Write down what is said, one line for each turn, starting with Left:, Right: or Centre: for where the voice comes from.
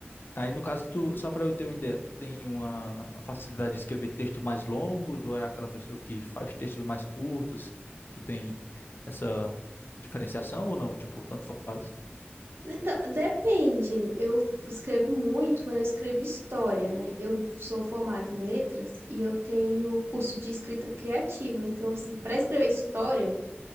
Left: Aí, no caso, tu, só para eu ter uma ideia, tu tem uma facilidade de escrever textos mais longos, ou é aquela pessoa que faz textos mais curtos? Tu tem essa diferenciação ou não? Tipo, tanto faz?
Right: Então, depende. Eu f- escrevo muito, mas eu escrevo história, né? Eu sou formada em letras e eu tenho curso de escrita criativa. Então, assim, para escrever história,